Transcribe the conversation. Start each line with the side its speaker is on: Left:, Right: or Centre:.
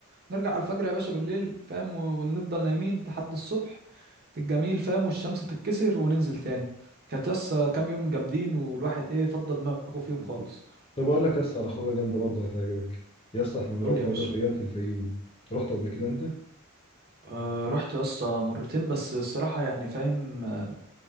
Right: نرجع على الفجر يا باشا بالليل فاهم ونفضل نايمين لحد الصبح الجميل فاهم والشمس تتكسر وننزل تاني كانت يسا كام يوم جامدين والواحد ايه فضى دماغه فيهم خالص
Left: طب اقول لك يا اسطى على خروجة جامدة برضه هتعجبك يا اسطى احنا نروح
Right: قول لي يا
Left: وادي
Right: باشا
Left: الريان في الفيوم رحت قبل كده انت
Right: أه رحت يسا مرتين بس الصراحة يعني فاهم آه،